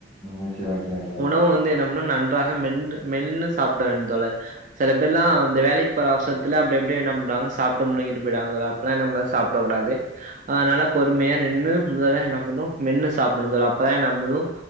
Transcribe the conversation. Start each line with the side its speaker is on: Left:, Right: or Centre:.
Centre: ஓக்கே ஓக்கே ப்ரோ
Right: அப்போ வந்து என்னா பன்னு நன்றாக மென்ரு மென்னு சாப்பிட வேண் தோழர் செல பேர்லா இந்த வேலைக்கு போற அவசரத்துல அப்டெ அப்டெ என்னா பண்ணுறாங்க சாப்ட்டு முழுங்கிட்டு போய்டாங்க தோழர் அப்பில்லா என்னா பன்னது சாப்பிட கூடாது அதுனால பொறுமையா நின்னு முதல்ல என்னா பண்ணு மென்னு சாப்புன்னு தோழா அப்பதா என்னா பண்ணுது